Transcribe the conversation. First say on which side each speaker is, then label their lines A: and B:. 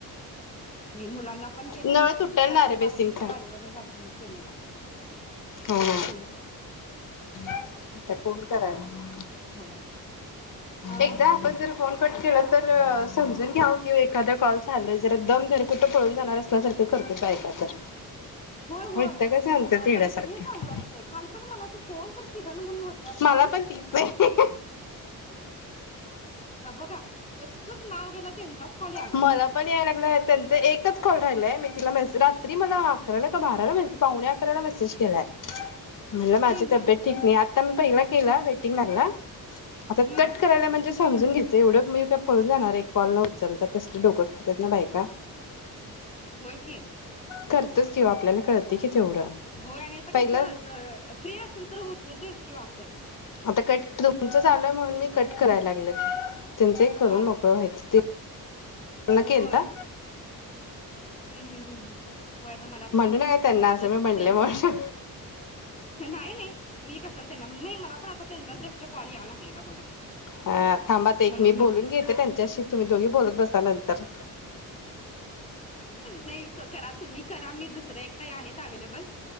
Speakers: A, on the left (about 15°); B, on the left (about 55°).
A: मी मुलांना मी पण केला
B: नळ
A: नाही.
B: तुटल
A: रात्री
B: ना रे बेसिंगचा
A: पाच मिनिट गाडीवरून जाताना केलेला.
B: हो हो
A: तेवढच
B: आता फोन करायला,
A: मुला अ
B: एकदा आपण जर फोन कट केला तर समजून घ्यावं की, एखादा कॉल चालू आहे जरा दम धर कुठे पळून जाणार असल्या सारखे करत्यात बायका तर,
A: होय होय
B: वैताग च आणतात येड्यासारखं
A: कंटिन्यू चालू असतंय काल पण मला ती कोण तर किरण <unintelligible> ताई
B: मला पण तीच आहे
A: हे बघा जस्टच नाव घ्यायला. त्यांचाच कॉल यायला
B: मला
A: लागलाय
B: पण यायला लागलाय त्यांचं एकच एक कॉल राहिलाय मी तिला मेसेज रात्री मला अकराला का बाराला, पावणे अकराला मेसेज केलाय. म्हणलं माझी
A: हम्म
B: तब्येत
A: हम्म
B: ठीक नाही आ आता मी पहिलं केला, वेटिंग लागला. आता
A: हम्म
B: कट कराल्या म्हणजेच समजून घ्यायचं मी काय पळून जाणार आहे कॉल लावून. खरं तर कसलं डोकं खात्यात ना बायका.
A: व्हय की
B: करतोच की हो आपल्याला कळतंय की, तेवढं
A: होय आणि आता कसं
B: पहिलं
A: फ्री असेल तर होतं. चलतोयच कि, ओ आपण.
B: आता कट तुमचं चालू आहे, म्हणून मी कट करायला लागले. त्यांचे करून
A: हा
B: मोकळं
A: हा
B: व्हायचं, त्यांना
A: होय
B: खेलता.
A: <unintelligible> होय आता मला
B: म्हणू
A: पण
B: नका त्यांना असं
A: जस्ट
B: मी म्हणले
A: त्यांचा
B: म्हणून
A: नाही नाही मी कशाला त्यांना मला पण आता त्यांचाच जस्ट <unintelligible> कॉल यायला लागलेला बघा.
B: थांबा आता एक
A: म्हणून
B: मी
A: म्हटलं.
B: बोलून घेते, त्यांच्याशी तुम्ही दोघी बोलत बसा नंतर
A: नाही तो करा तुम्ही करा तो मी दुसरा एक ताई आहेत अवेहेलेबल